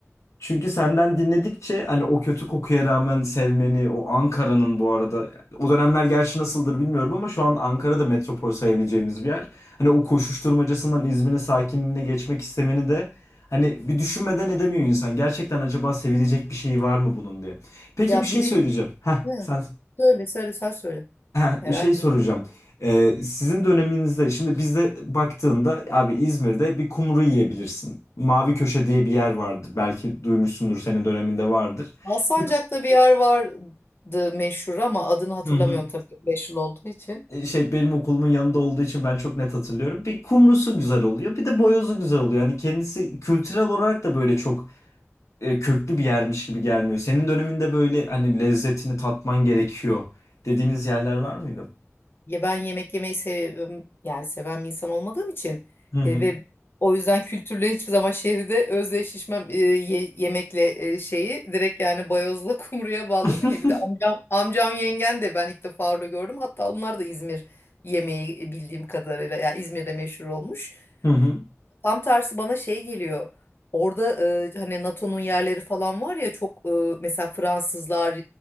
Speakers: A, on the left; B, on the left.
A: çünkü senden dinledikçe hani o kötü kokuya rağmen sevmeni, o Ankara'nın bu arada o dönemler gerçi nasıldır bilmiyorum ama şu an Ankara'da metropol sayabileceğimiz bir yer. Hani o koşuşturmacasından İzmir'in sakinliğine geçmek istemeni de hani bir düşünmeden edemiyor insan. Gerçekten acaba sevilecek bir şey var mı bunun diye. Peki
B: Ya
A: bir şey
B: birinci...
A: söyleyeceğim. Heh,
B: Hı.
A: sen
B: Söyle, söyle, sen söyle.
A: Ha,
B: Merak
A: şey soracağım.
B: ettim.
A: Ee, sizin döneminizde şimdi bizde baktığında abi İzmir'de bir kumru yiyebilirsin. Mavi Köşe diye bir yer vardır. Belki duymuşsundur senin döneminde vardır.
B: Alsancak'ta
A: Bir,
B: bir yer vardı meşhur ama adını hatırlamıyorum
A: hı hı.
B: tabii 5 yıl olduğu için.
A: Ee, Şey benim okulumun yanında olduğu için ben çok net hatırlıyorum. Bir kumrusu güzel oluyor, bir de boyozu güzel oluyor. Yani kendisi kültürel olarak da böyle çok e, köklü bir yermiş gibi gelmiyor. Senin döneminde böyle hani lezzetini tatman gerekiyor dediğiniz yerler var mıydı?
B: Ya ben yemek yemeyi seviyorum. Yani seven bir insan olmadığım için
A: Hı hı.
B: e, ve o yüzden kültürle hiçbir zaman şehirde özdeşleşmem e, ye- yemekle e, şeyi direkt yani bayozla <laughs> kumruya bağladın
A: <laughs>
B: ya. Bir de amcam amcam yengen de ben ilk defa orada gördüm. Hatta onlar da İzmir yemeği e, bildiğim kadarıyla yani İzmir'de meşhur olmuş.
A: Hı hı.
B: Tam tersi bana şey geliyor. Orada e, hani NATO'nun yerleri falan var ya çok e, mesela Fransızlar,